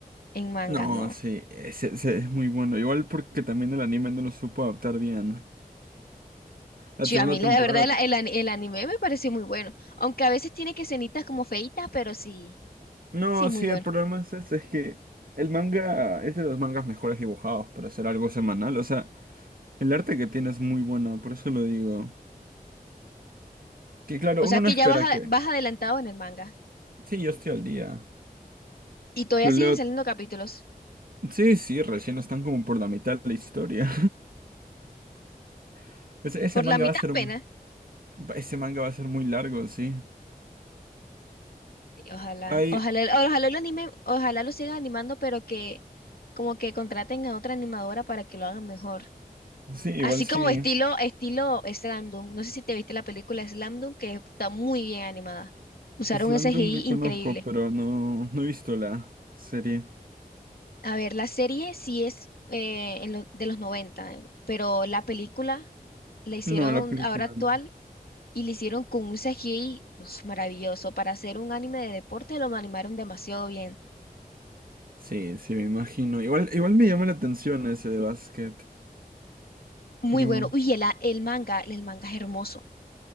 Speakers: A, on the left (about 75°); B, on the right (about 70°).
A: en manga,
B: No,
A: no.
B: sí, ese, ese es muy bueno. Igual porque también el anime no lo supo adaptar bien. La
A: Sí,
B: segunda
A: a mí la,
B: temporada.
A: la verdad el, el ani- el anime me pareció muy bueno, aunque a veces tiene que escenitas como feitas, pero sí,
B: No,
A: sí es muy
B: sí,
A: bueno.
B: el problema es ese, es que el manga es de los mangas mejores dibujados para hacer algo semanal. O sea, el arte que tiene es muy bueno, por eso lo digo. Que claro,
A: O sea
B: uno no
A: que
B: espera
A: ya vas, a-
B: que.
A: vas adelantado en el manga
B: Sí, yo estoy al día.
A: y todavía
B: Lo
A: siguen
B: leo.
A: saliendo capítulos
B: Sí, sí, recién están como por la mitad de la historia. <laughs> Ese, ese
A: por
B: manga
A: la mitad
B: va a ser
A: apenas.
B: un- Ese manga va a ser muy largo, sí.
A: Sí, Ojalá,
B: Hay.
A: ojalá, ojalá lo anime, ojalá lo sigan animando, pero que como que contraten a otra animadora para que lo hagan mejor.
B: Sí,
A: Así
B: igual sí.
A: como estilo, estilo Slam Dunk. No sé si te viste la película Slam Dunk, que está muy bien animada. Usaron
B: Slandung
A: ese CGI
B: lo conozco,
A: increíble.
B: pero no, no he visto la serie.
A: A ver, la serie sí es eh, en lo- de los 90, eh, pero la película la hicieron
B: No, la película
A: ahora actual
B: no.
A: y la hicieron con un CGI uf, maravilloso. Para hacer un anime de deporte lo animaron demasiado bien.
B: Sí, sí, me imagino. Igual, igual me llama la atención ese de básquet.
A: Muy
B: Pero,
A: bueno. Uy, el, a- el manga, el manga es hermoso.